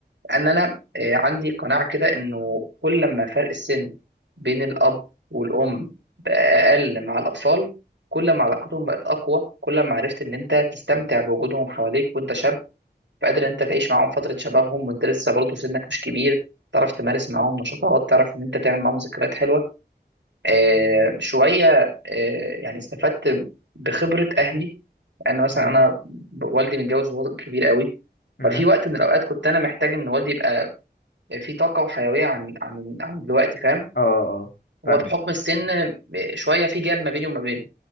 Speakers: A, on the right (about 85°); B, on the left (about 65°).
A: ان انا آه، عندي قناعه كده انه كل ما فرق السن بين الاب والام بقى اقل مع الاطفال كل ما علاقتهم بقت اقوى كل ما عرفت ان انت تستمتع بوجودهم حواليك وانت شاب فقادر ان انت تعيش معاهم فتره شبابهم وانت لسه برضه سنك مش كبير تعرف تمارس معاهم نشاطات تعرف ان انت تعمل معاهم ذكريات حلوه آه شويه آه يعني استفدت بخبره اهلي انا مثلا
B: مم.
A: انا والدي متجوز وهو كبير قوي
B: مم.
A: ففي وقت من الاوقات كنت انا محتاج ان والدي يبقى في طاقه وحيويه عن عن عن دلوقتي فاهم
B: اه اه فاهم
A: هو بحكم السن شويه في جاب ما بيني وما بينه